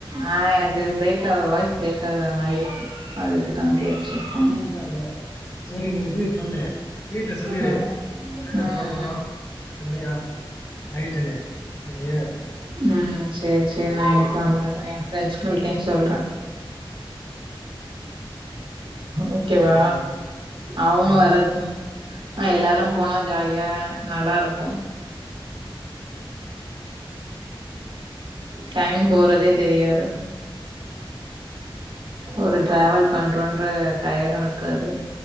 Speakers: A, on the right; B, on the left.
A: ஆ எனக்கு பிரேக் ஆகுது வாய்ஸ் பிரேக் ஆகுற மாதிரி இருக்கு அது க்கு தா கேட்டு செக் பண்ணே
B: இல்ல, இல்ல இல்ல சேரி நீ இது பண்ணு வீட்ல சொல்லிரு
A: ம் ம்
B: வேல இருக்கு போறோ பத்து மணி ஆகும் நைட்டுனு சரியா
A: ம் செரி செரி நா இன்ஃபார்ம் பண்றே எ ஃப்ரெண்ட்ஸ்கள்டயு சொல்றே ஓகேவா
B: சரி.
A: அவங்க
B: ஓகே,
A: வரது
B: ஓகே.
A: அ எல்லாரு போனா ஜாலியா நல்லா இருக்கும் டைம் போறதே தெரியாது ஒரு டிராவல் பண்றோன்ற டயடு இருக்காது